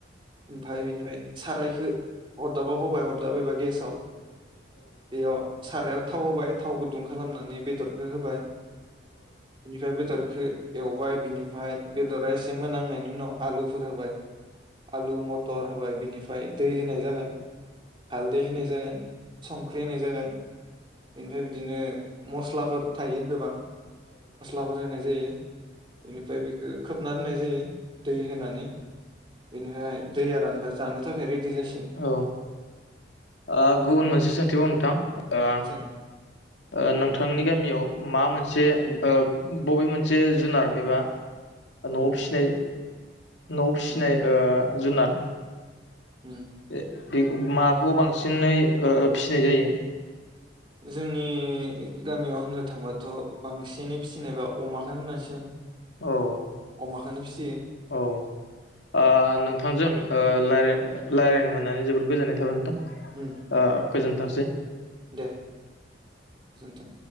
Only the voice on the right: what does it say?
ओमफ्राय इनिफ्राय सारायखौ अरदाबाव होबाय अरदाब एबा गेसाव बेयाव सारायाव थाव होबाय थाव गुदुं खालामनानै बेदरखो होबाय निफाय बेदर खो एवबाय बिनिफाय बेदरा एसे मोनांनायनि उनाव आलु फोर होबाय आलु मथर होबाय बिनि ओमफाय दै होनाय जागोन हालदै होनाय जागोन संख्रि होनाय जागोन ओमफ्राय बिदिनो मस्लाफोर थायो गोबां मस्लाफोर होनाय जायो बेनिफ्राय बेखो खोबना दोननाय जायो दै होनानै बिनिफाय दैया रानबा जानो थाखाय रेडि जा
बेखिनियानो
जों
उम
उम
उम
उम
जोंनि गामियाव होननो थांबाथ' बांसिनै फिसिनायबा अमाखौनो होननांसिगोन
अमाखोनो फिसियो
उम
उम
उम
दे गोजोनथों ।